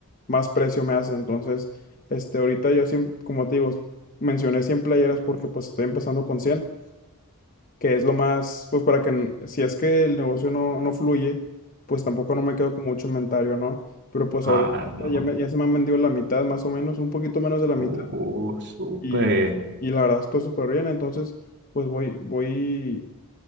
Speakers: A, on the left (about 40°); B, on the right (about 50°).
A: más precio me hace. Entonces, este, ahorita yo, siem- como te digo, mencioné 100 playeras porque pues estoy empezando con 100 que es lo más, pues para que, n- si es que el negocio no, no fluye, pues tampoco no me quedo con mucho inventario, ¿no? Pero pues
B: Ah,
A: ahorita
B: no.
A: ya, me- ya se me han vendido la mitad, más o menos, un poquito menos de la mitad,
B: Uh, súper.
A: y, y la verdad estoy súper bien, entonces, pues voy, voy,